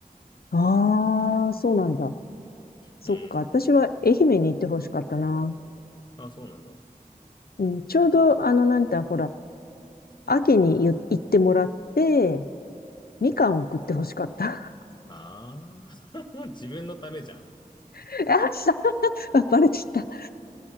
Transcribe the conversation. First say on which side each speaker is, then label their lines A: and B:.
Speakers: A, on the left; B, on the left.
A: ああ、そうなんだ。そっか、
B: うん。
A: 私は愛媛に行ってほしかったな。
B: あ、そうなんだ。
A: うん、ちょうど、あの、なんて、ほら、秋にゆ行ってもらって、みかんを食ってほしかった。
B: ああ、<laughs> 自分のためじゃん。
A: <laughs> あ、した、<laughs> バレちゃった。